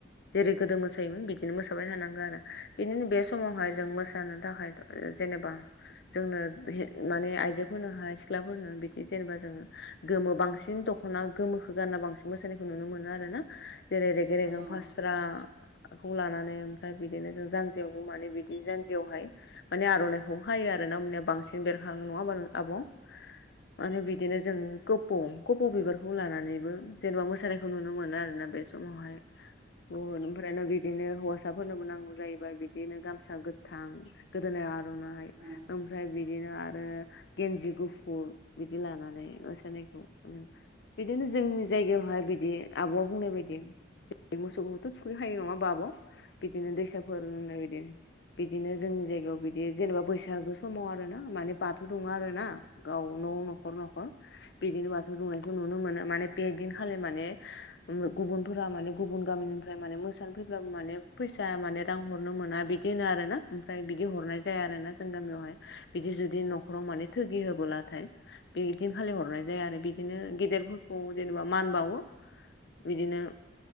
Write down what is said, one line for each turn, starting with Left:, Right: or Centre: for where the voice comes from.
Left: जेरै गोदो मोसायोमोन बिदिनो मोसाबाय थानांगोन आरो बिदिनो बे समावहाय
Right: औ
Left: जों मोसानो थाखाय जेनेबा जोंनो माने आइजोफोरनोहाय सिख्लाफोरनो बिदि जेनेबा जोङो गोमो बांसिन दख'ना गोमोखौो गानना बांसिन मोसानायखौ नुनो मोनो। आरो ना जेरै रेगें
Right: औ
Left: रेगें
Right: औ
Left: फास्रा खौ लानानै ओमफ्राय बिदिनो जों जानजियावबो माने बिदि जानजियावहाय। माने आर'इखौ हायो आरो ना मया बांसिन बेरखाङो नङा आब' माने बिदिनो जों कपु' बिबारखौ लानानैबो जेनेबा मोसानायखौ नुनो मोनो आरोोना बे समावहाय औ ओमफ्राय न बि बिदिनो हौवासाफोरनोबो नांगौ जाहैबाय बिदिनो गामसा गोथां गोदोनायाव आर'नाइ
Right: औ
Left: ओमफ्राय बिदिनो आरो गेन्जि गुफुर बिदि लानानै मोसानायखौ उम बिदिनो जोंनि जायगायावहाय बि बिदि आब'आ बुंनाय बायदि मोसौखौथ' थुखैखायो नङा ओमबा आब'? दिनो दैसाफोर होननाय बायदि बिदिनो जोंनि जायगायाव बिदि जेनेबा बैसागो समाव आरोना माने बाथौ दुङो आरोना गाव न' नखर नखर बिदिनो बाथौ दुंनायखौ नुनो मोनो माने बे दिनखालि माने गुबुनफोरा माने गुबुन गामिनिफ्राय माने मोसानो फैब्लाबो माने फैसा माने रां हरनो मोना बि दि होनो आरोना ओमफ्राय बि बिदि हरनाय जाया आरोना जोंनि गामियावहाय बिदि जुदि नखराव माने थोगि होबोलाथाय बिदिनो फालिहरनाय जाया आरो बिदिनो गेदेरफोरखौ जेनेबा मान बावो। बिदिनो